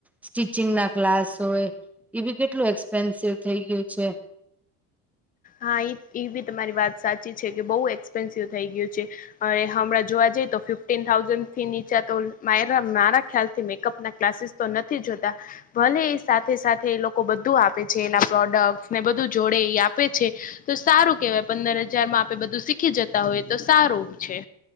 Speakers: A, in the centre; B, on the left.
A: ટીચિંગ ના ક્લાસ હોય, એ બી કેટલું એક્સપેન્સિવ થઈ ગયું છે.
B: હા એ એ બી તમારી વાત સાચી છે કે બહુ એક્સપેન્સિવ થઈ ગયું છે. હવે હમણાં જોવા જઈએ તો ફિફ્ટીન થાઉઝન્ડ થી નીચા તો માઇરા મારા ખ્યાલથી મેકઅપ ના ક્લાસીસ તો નથી જોતા ભલે એ સાથે - સાથે એ લોકો બધું આપે છે, એના પ્રોડક્ટ ને બધું જોડે એ આપ આપે છે. તો સારું કેહેવાય પંદર હજારમાં આપે બધું શીખી જતા હોય તો સારું છે.